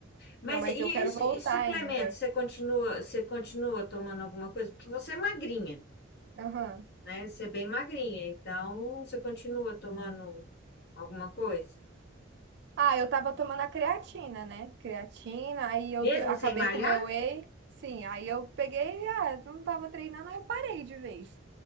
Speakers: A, on the left (about 55°); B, on the right (about 60°).
A: Mas
B: Não, mas
A: e,
B: eu quero
A: isso,
B: voltar
A: e suplemento?
B: ainda.
A: Você continua, você continua tomando alguma coisa? Porque você é magrinha,
B: Aham.
A: né? Você é bem magrinha, então você continua tomando alguma coisa?
B: Ah, eu tava tomando a creatina, né? Creatina, aí eu
A: Mesmo
B: te- acabei
A: sem malhar?
B: com o meu whey. Sim, aí eu peguei, ah, não tava treinando, aí eu parei de vez.